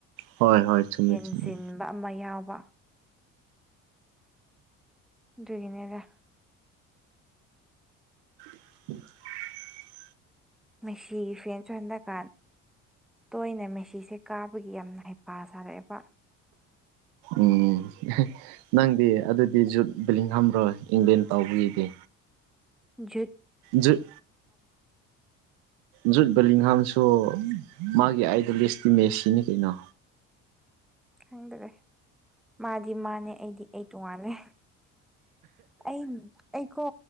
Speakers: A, on the right; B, in the centre.
A: ꯍꯣꯏ ꯍꯣꯏ ꯆꯨꯝꯃꯤ
B: ꯍꯦꯟꯖꯤꯟ
A: ꯆꯨꯝꯃꯤ
B: ꯕ ꯑꯃ ꯌꯥꯎꯕ ꯑꯗꯨꯒꯤꯅꯦꯗ
A: <unintelligible>
B: ꯃꯦꯁꯤꯒꯤ ꯐꯦꯟꯁꯨ ꯍꯟꯗꯛꯀꯥꯟ ꯇꯣꯏꯅ ꯃꯦꯁꯤꯁꯦ ꯀꯥꯕꯒꯤ ꯌꯥꯝꯅ ꯍꯩꯄꯥ ꯁꯥꯔꯛꯑꯦꯕ
A: ꯎꯝ ꯅꯪꯗꯤ ꯑꯗꯨꯗꯤ ꯖꯨꯠ ꯕꯤꯂꯤꯡꯒꯝꯔꯣ ꯏꯪꯂꯦꯟ ꯇꯧꯕꯒꯤꯗꯤ
B: ꯖꯨꯗ
A: ꯖꯨꯗ ꯖꯨꯠ ꯕꯦꯂꯤꯡꯒꯝꯁꯨ ꯃꯥꯒꯤ ꯑꯥꯏꯗꯣꯂꯤꯁꯇꯤ ꯃꯦꯁꯤꯅꯤ ꯀꯩꯅꯣ
B: ꯈꯪꯗ꯭ꯔꯦ ꯃꯥꯗꯤ ꯃꯥꯅꯦ ꯑꯩꯗꯤ ꯑꯩ ꯇꯣꯉꯥꯜꯂꯦ ꯑꯩ ꯑꯩꯀꯣ